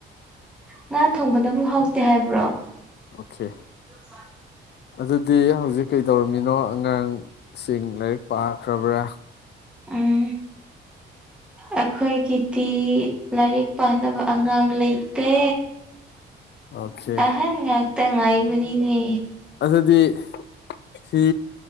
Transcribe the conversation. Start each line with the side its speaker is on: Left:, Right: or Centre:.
Centre: ꯉꯥ ꯊꯣꯡꯕꯗꯕꯨ ꯍꯥꯎꯇꯦ ꯍꯥꯏꯕ꯭ꯔꯣ
Left: ꯑꯣꯈꯦ
Centre: <inaudible>
Left: ꯑꯗꯨꯗꯤ ꯍꯧꯖꯤꯛ ꯀꯩ ꯇꯧꯔꯝꯃꯤꯅꯣ ꯑꯉꯥꯡꯁꯤꯡ ꯂꯥꯏꯔꯤꯛ ꯄꯥꯈ꯭ꯔꯕ꯭ꯔꯥ
Centre: ꯎꯝ ꯑꯩꯈꯣꯏꯒꯤꯗꯤ ꯂꯥꯏꯔꯤꯛ ꯄꯥꯅꯕ ꯑꯉꯥꯡ ꯂꯩꯇꯦ
Left: ꯑꯣꯀꯦ
Centre: ꯑꯍꯟ ꯉꯥꯛꯇ ꯉꯥꯏꯕꯅꯤꯅꯦ
Left: ꯑꯗꯨꯗꯤ ꯐꯤ